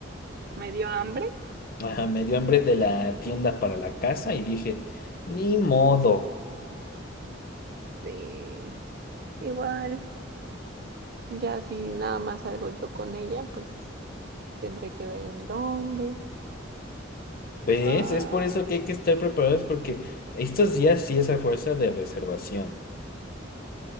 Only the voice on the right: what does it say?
Me dio hambre.
Sí. Igual, ya si nada más salgo yo con ella, pues tendré que ver en dónde.
Ah,